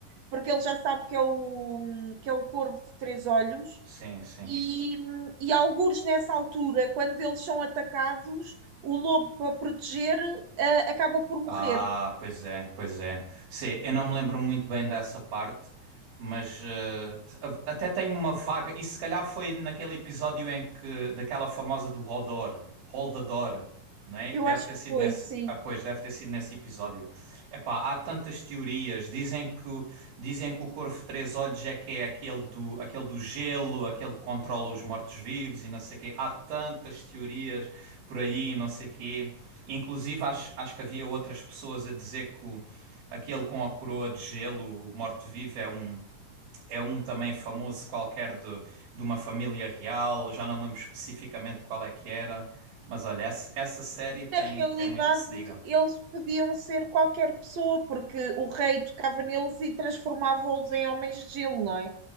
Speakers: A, on the right; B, on the right.
A: porque ele já sabe que é o, que é o corvo de três olhos
B: Sim, sim.
A: e, e algures nessa altura, quando eles são atacados, o lobo para proteger eh, acaba por morrer.
B: Ah, pois é, pois é. Sim, eu não me lembro muito bem dessa parte, mas eh, a- até tenho uma vaga. Isso se calhar foi naquele episódio em que daquela famosa do Hodor, Holdador não é?
A: Eu
B: Deve
A: acho
B: ter sido
A: que foi,
B: nesse,
A: sim.
B: ah, pois, deve ter sido nesse episódio. Epá, há tantas teorias. Dizem que, o- dizem que o Corvo de Três Olhos é que é aquele do, aquele do gelo, aquele que controla os mortos-vivos e não sei o quê. Há tantas teorias por aí, não sei o quê. Inclusive, acho, acho que havia outras pessoas a dizer que o- aquele com a coroa de gelo, o morto-vivo, é um é um também famoso qualquer de, de uma família real, já não me lembro especificamente qual é que era, mas olha, essa, essa série tem,
A: Na realidade,
B: tem muito que se diga.
A: eles podiam ser qualquer pessoa, porque o rei tocava neles e transformava-os em homens de gelo, não é?